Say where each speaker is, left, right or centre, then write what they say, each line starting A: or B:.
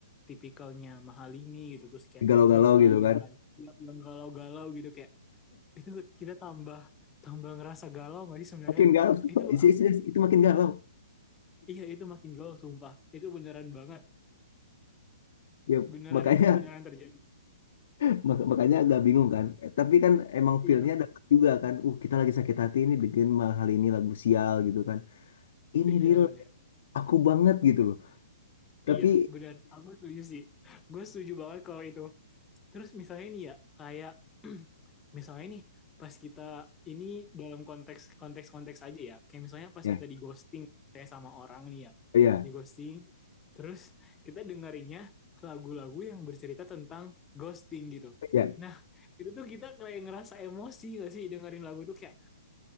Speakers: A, on the left; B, on the left.
A: tipikalnya Mahalini gitu terus kayak
B: galau-galau
A: Ziva
B: gitu
A: gitu
B: kan
A: kan. Yang yang galau-galau gitu kayak itu kita tambah tambah ngerasa galau nggak sih sebenarnya?
B: makin galau <laughs>
A: Itu
B: Isi-
A: aku
B: isi- itu makin
A: iya
B: galau
A: iya itu makin galau sumpah. Itu beneran banget.
B: ya
A: Beneran
B: makanya
A: itu beneran terjadi.
B: <laughs> mak- makanya agak bingung kan Eh, tapi kan emang
A: Iya.
B: feelnya dapat juga kan uh kita lagi sakit hati ini dengan mah hal ini lagu sial gitu kan ini
A: Iya,
B: real
A: iya, iya.
B: aku banget gitu loh tapi
A: Iya, benar. Aku setuju sih. Gue setuju banget kalau itu. Terus misalnya nih ya, kayak <clears throat> misalnya nih pas kita ini dalam konteks konteks konteks aja ya. Kayak misalnya pas
B: ya
A: kita di ghosting kayak sama orang nih ya.
B: oh ya
A: Di ghosting terus kita dengerinnya lagu-lagu yang bercerita tentang ghosting gitu.
B: ya
A: Nah, itu tuh kita kayak ngerasa emosi gak sih dengerin lagu tuh kayak